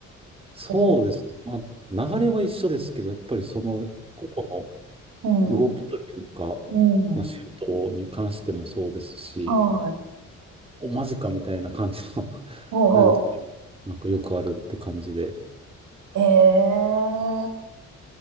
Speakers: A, on the right; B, on the right.
A: そうですね。
B: うん、
A: まあ、流れは一緒ですけど、やっぱりその個々
B: うん、
A: の動きというか、
B: うん。
A: まあ、シュートに関してもそうですし、
B: はい。
A: おマジかみたいな感じの <laughs>
B: ほうほう。
A: なるときが、なんかよくあるって感じで。
B: あええ